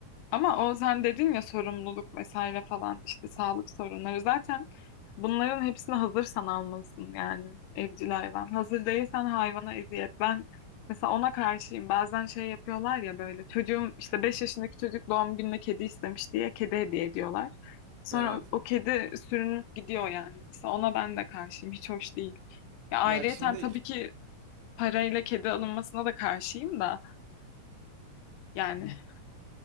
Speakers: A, on the left; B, on the right.
A: Ama o sen dedin ya sorumluluk vesaire falan işte sağlık sorunları zaten bunların hepsini hazırsan almalısın yani evcil hayvan. Hazır değilsen hayvana eziyet. Ben mesela ona karşıyım. Bazen şey yapıyorlar ya böyle çocuğum işte 5 yaşındaki çocuk doğum gününe kedi istemiş diye kedi hediye ediyorlar. Sonra
B: evet.
A: o kedi sürünüp gidiyor yani. Mesela ona ben de karşıyım. Hiç hoş değil. Ya ayrıyeten
B: Ya şimdi
A: tabii ki parayla kedi alınmasına da karşıyım da yani